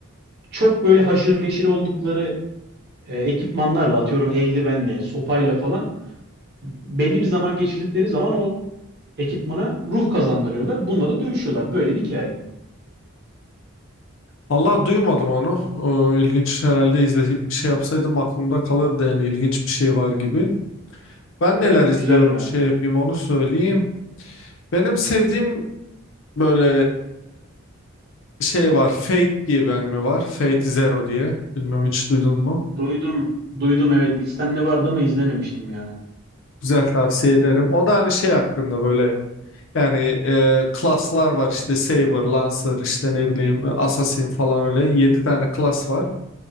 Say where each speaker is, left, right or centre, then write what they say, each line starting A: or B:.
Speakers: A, on the right; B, on the left.
A: çok böyle haşır neşir oldukları e, ekipmanlarla atıyorum eldivenle, sopayla falan belli bir zaman geçirdikleri zaman o ekipmana ruh kazandırıyorlar. Bununla da dövüşüyorlar. Böyle bir hikaye.
B: Allah duymadım onu. O, ilginç herhalde izleyip bir şey yapsaydım aklımda kalırdı yani ilginç bir şey var gibi. Ben neler
A: Evet
B: izliyorum
A: güzel baya.
B: şey yapayım onu söyleyeyim. Benim sevdiğim böyle e, şey var. Fate diye bir anime var. Fate Zero diye. Bilmem hiç duydun mu?
A: Duydum. Duydum evet listemde vardı ama izlememiştim ya.
B: Güzel tavsiye ederim. O da hani şey hakkında böyle yani e, klaslar var işte Saber, Lancer işte ne bileyim Assassin falan öyle 7 tane klas var.